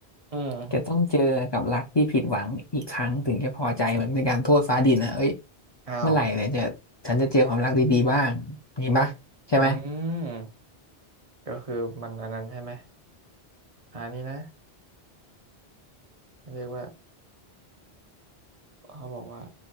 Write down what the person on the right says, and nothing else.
อืม
อ้าว
อืมก็คือมันอันนั้นใช่ไหมอันนี้นะเรียกว่าเขาบอกว่า